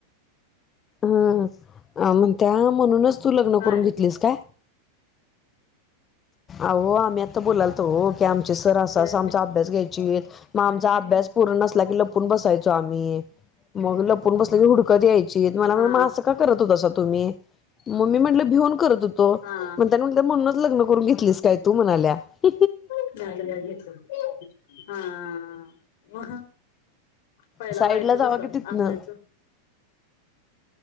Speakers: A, on the left; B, on the left.
A: हं म्हण त्या म्हणूनच तू लग्न
B: काय
A: करून घेतलीस काय अह आम्ही आता बोलाल तो आमचे सर अस
B: मी
A: आमचा अभ्यास घ्यायचे मग आमचा अभ्यास पूर्ण नला की लपून बसायचो आम्ही मग लपून बसल्या क हुडकत यायची मलाग
B: हा
A: असं का करत होत मी म्हटले भिऊन त
B: हा
A: मग त्या म्ह म्हणूनच लग्न करून घेतलीस काय तू म्हणाल्या <inaudible>
B: हा पहिला
A: साईडला
B: व्हायचं
A: जावा
B: तस
A: की तिथनं
B: असठवायचं